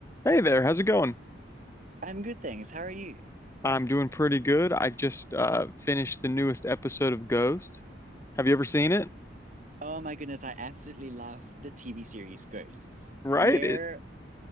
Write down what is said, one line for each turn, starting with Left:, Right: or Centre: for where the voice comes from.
Left: Hey there, how's it going?
Right: I'm good, thanks. How are you?
Left: I'm doing pretty good. I just uh finished the newest episode of Ghost. Have you ever seen it?
Right: Oh my goodness, I absolutely love the TV series Ghosts.
Left: Right?
Right: Where,
Left: It